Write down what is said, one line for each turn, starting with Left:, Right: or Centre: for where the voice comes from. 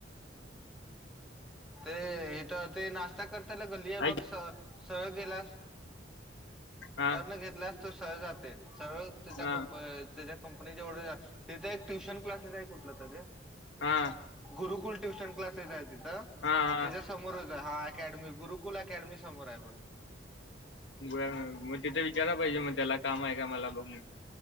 Centre: ते इथ ते नाश्ता करता ल गल्ली आहे
Left: ऐक
Centre: बघ स सळ गेलास
Left: हा
Centre: टर्न घेतल्यास तर सरळ जाते सरळ त्या
Left: हा
Centre: कंप त्याच्या कंपनी ज एवढ तिथे एक ट्युशन क्लासेस आहे कुठलं तरी
Left: हा
Centre: गुरुकुल ट्युशन क्लासेस आहे तिथं
Left: हा हा
Centre: त्याच्या समोरच आहे हा अकॅडमी गुरुकुल अकॅडमी समोर आहे बग
Left: ग मग ते गरा पाहिजे मग त्याला काम आहे का मला बघ म